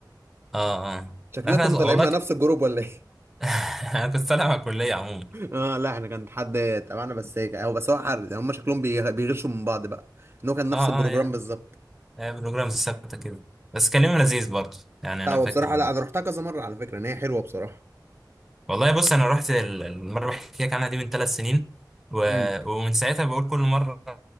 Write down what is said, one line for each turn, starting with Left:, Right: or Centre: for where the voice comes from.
Centre: اه اه
Right: شكلنا
Centre: لا، احنا
Right: كنا طالعين
Centre: والله
Right: مع
Centre: ك...
Right: نفس الجروب ولا ايه
Centre: <laughs> انا كنت طالع مع الكلية عموما
Right: <laughs> اه لا احنا كان حد تبعنا بس هيك او بس هو حر هم شكلهم بي- بيغشوا من بعض بقى ان هو كان نفس
Centre: اه
Right: البروجرام
Centre: اه هي
Right: بالظبط
Centre: هي بروجرامز ثابتة كده بس كان يوم لذيذ برضه يعني انا
Right: لا هو
Centre: فاكر
Right: بصراحه لا انا رحتها كذا مره على فكره ان هي حلوه بصراحه
Centre: والله بص انا رحت ال- المره اللي بحكي لك عنها دي من ثلاث سنين و...
Right: امم
Centre: ومن ساعتها بقول كل مره